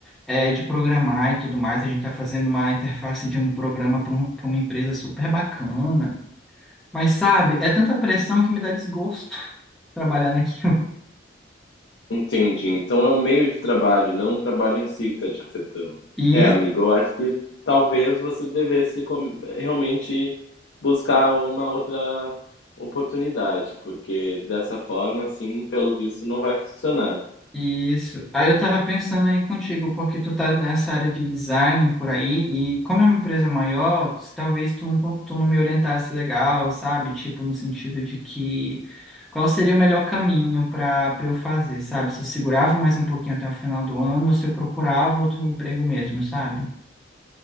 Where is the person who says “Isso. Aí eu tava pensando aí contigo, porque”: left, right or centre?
Centre